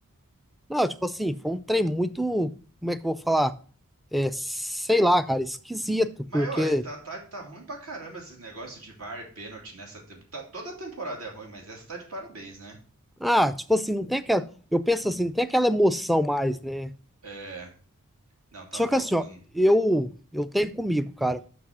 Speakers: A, in the centre; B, on the right.
A: Não, tipo assim, foi um trem muito. Como é que eu vou falar? É, sei lá, cara, esquisito,
B: Mas,
A: porque.
B: ô, tá, tá, tá ruim pra caramba esses negócios de VAR e pênalti nessa temporada. Tá, toda temporada é ruim, mas essa tá de parabéns, né?
A: Ah, tipo assim, não tem aquela. Eu penso assim, não tem aquela emoção mais, né?
B: É, não, tá
A: Só
B: faltando.
A: que assim, ó, eu, eu tenho comigo, cara.